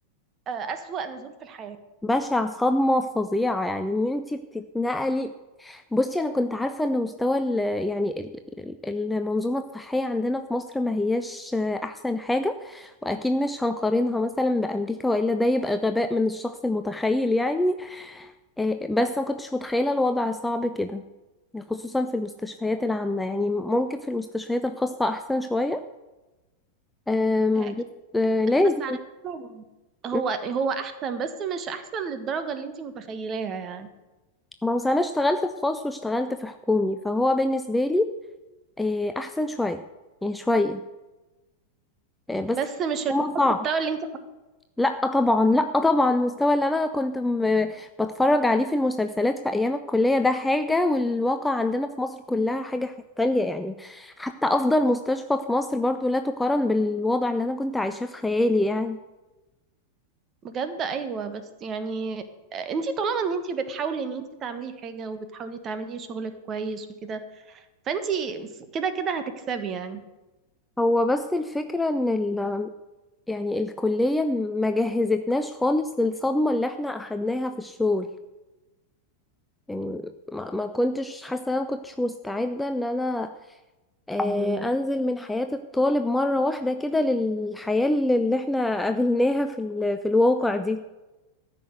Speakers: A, on the right (about 30°); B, in the centre.
A: آه، أسوأ نزول في الحياة
B: بشع صدمة فظيعة يعني ان انتي بتتنقلي بصي انا كنت عارفة ان مستوى ال يعني ال- ال- المنظومة الصحية عندنا في مصر ما هياش احسن حاجة واكيد مش هنقارنها مثلا بامريكا والا ده يبقى غباء من الشخص المتخيل يعني آه، بس ما كنتش متخيلة الوضع صعب كده خصوصا في المستشفيات العامة يعني ممكن في المستشفيات الخاصة أحسن شوية آم،
A: آه، اكيد
B: بس آه، لازم
A: بس على فكره هو
B: م-
A: هو احسن بس مش احسن للدرجه اللي انت متخيلاها يعني
B: ما هو أنا اشتغلت في خاص واشتغلت في حكومي فهو بالنسبة لي آه، أحسن شوية يعني شوية آه، بس
A: بس مش المحتوى
B: هو صعب
A: اللي انت
B: لا طبعا لا طبعا المستوى اللي انا كنت م- بتفرج عليه في المسلسلات في ايام الكليه ده حاجه والواقع عندنا في مصر كلها حاجه ح- تانية يعني حتى افضل مستشفى في مصر برضو لا تقارن بالوضع اللي انا كنت عايشاه في خيالي يعني
A: بجد ايوه بس يعني آه، انت طالما ان انت بتحاولي ان انت تعملي حاجه وبتحاولي تعملي شغلك كويس وكده فانت كده كده هتكسبي يعني
B: هو بس الفكره ان ال يعني الكليه ما جهزتناش خالص للصدمه اللي احنا اخدناها في الشغل يعني ما ما كنتش حاسه إن انا ما كنتش مستعده ان انا آه، انزل من حياة الطالب مرة واحدة كده للحياة اللي اللي احنا قابلناها في ال... في الواقع دي